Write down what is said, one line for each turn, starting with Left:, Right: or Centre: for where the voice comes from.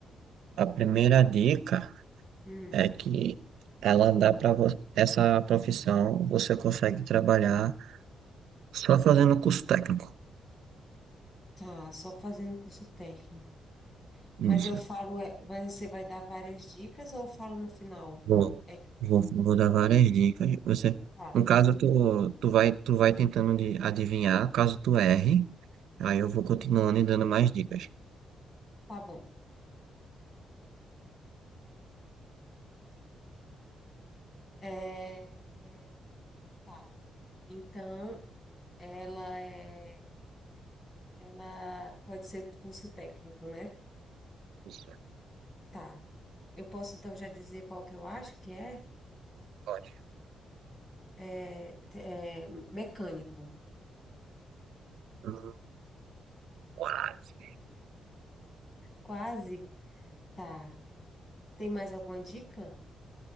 Right: a primeira dica.
Left: Hum,
Right: é que ela dá para essa profissão, você consegue trabalhar só fazendo curso técnico.
Left: tá, só fazendo curso técnico.
Right: Isso.
Left: Mas eu falo, é, mas você vai dar várias dicas ou eu falo no final?
Right: Vou,
Left: É que
Right: vou, vou dar várias dicas. Você,
Left: tá,
Right: no caso, tu, tu vai, tu vai tentando de adivinhar, caso tu erre, aí eu vou continuando e dando mais dicas.
Left: tá bom. É, é, tá. Então, ela é, ela pode ser curso técnico, né?
Right: Isso.
Left: Tá. Eu posso então já dizer qual que eu acho que é?
Right: Pode.
Left: É, te- é mecânico.
Right: Hum, Quase.
Left: Quase. Tá. Tem mais alguma dica?